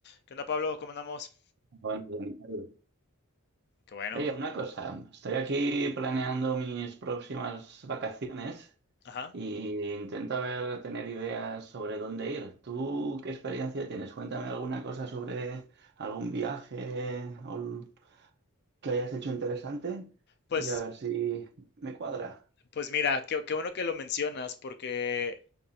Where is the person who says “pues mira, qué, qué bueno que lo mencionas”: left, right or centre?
Left